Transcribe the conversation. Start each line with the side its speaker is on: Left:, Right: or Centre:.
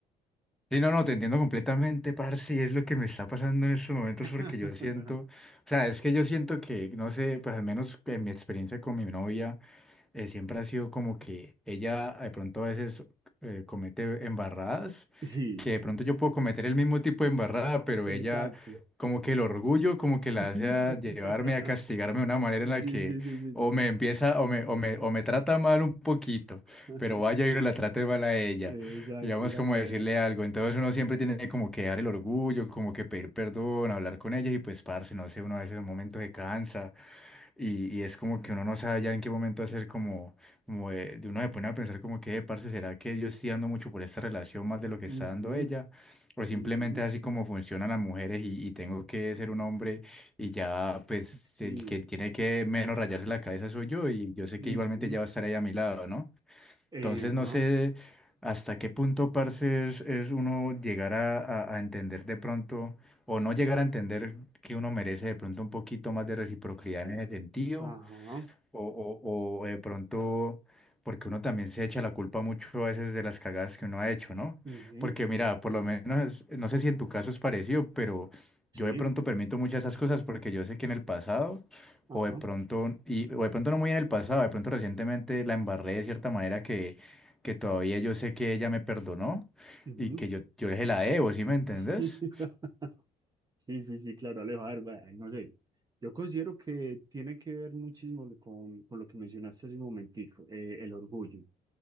Centre: Sí, no, no, te entiendo completamente, parce, y es lo que me está pasando en estos momentos
Right: <laughs>
Centre: porque yo siento, o sea, es que yo siento que, no sé, pues al menos en mi experiencia con mi novia, eh, siempre ha sido como que ella de pronto a veces eh, comete embarradas,
Right: Sí.
Centre: que de pronto yo puedo cometer el mismo tipo de embarrada, pero
Right: Exacto.
Centre: ella como que el orgullo como que la
Right: <laughs>
Centre: hace a llevarme a castigarme de una manera en
Right: Sí,
Centre: la que
Right: sí, sí, sí,
Centre: o
Right: sí. sí.
Centre: me empieza o me, o me, o me trata mal un poquito,
Right: <laughs>
Centre: pero vaya y no la trate mal a ella,
Right: Exacto,
Centre: digamos
Right: exacto.
Centre: como decirle
Right: Ale.
Centre: algo, entonces uno siempre tiene como que dar el orgullo, como que pedir perdón, hablar con ella y pues parce, no sé, uno a veces en un momento se cansa y, y es como que uno no sabe ya en qué momento hacer como, como de, de uno se pone a pensar como que, "Eh, parce, ¿será que yo estoy dando mucho por esta relación más de lo que está
Right: Ujú,
Centre: dando ella? O simplemente
Right: ujú,
Centre: es así como funcionan las mujeres y, y tengo que ser un hombre y ya pues
Right: Sí.
Centre: el que tiene que menos rayarse la cabeza soy yo y yo sé
Right: ujú,
Centre: que igualmente ya va a estar ahí a mi lado, ¿no?
Right: eh,
Centre: Entonces
Right: ajá,
Centre: no sé hasta qué punto, parce, es, es uno llegar a, a- a entender de pronto, o no llegar a entender que uno merece de pronto un poquito más de reciprocidad en ese sentido,
Right: ajá,
Centre: o, o, o de pronto, porque uno también se echa la culpa mucho a veces de las cagadas que uno ha hecho, ¿no?
Right: ujú,
Centre: Porque mira, por lo menos, no sé si en tu caso es parecido, pero
Right: Sí.
Centre: yo de pronto permito muchas de esas cosas porque yo sé que en el pasado,
Right: Ajá.
Centre: o de pronto, y, o de pronto no muy en el pasado, de pronto recientemente la embarré de cierta manera que, que todavía yo sé que ella me perdonó
Right: ujú.
Centre: y que yo, yo le la debo, ¿sí me entendés?
Right: <laughs> Sí, sí, sí, claro, Alejo. A ver, bueno, no sé. Yo considero que tiene que ver muchísimo con, con lo que mencionaste hace un momentico, eh, el orgullo.